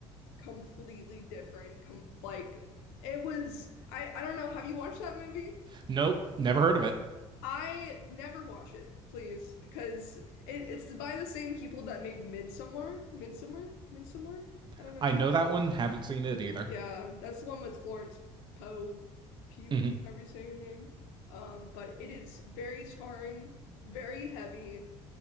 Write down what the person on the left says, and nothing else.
completely different. Com like it was I I don't know, have you watched that movie?
I never watch it, please, because it, it's by the same people that made Midsummer, Midsummer, Midsummer. I
don't know
if
you've.
Yeah, that's the one with Florence Poe, Pugh,
however you say her name. Um, but it is very scarring, very heavy.